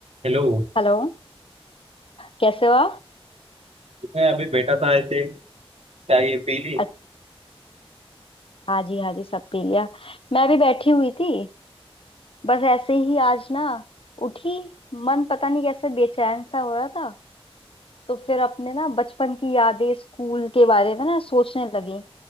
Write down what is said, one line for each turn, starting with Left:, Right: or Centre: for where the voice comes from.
Right: Hello
Left: Hello कैसे हो आप
Right: मैं अभी बैठा था ऐसे चाय पी ली
Left: अच्छा हाँ जी हाँ जी सब पी लिया मैं भी बैठी हुई थी बस ऐसे ही आज ना उठी मन पता नहीं कैसे बेचैन सा हो रहा था तो फिर अपने ना बचपन की यादें स्कूल के बारे में ना सोचने लगी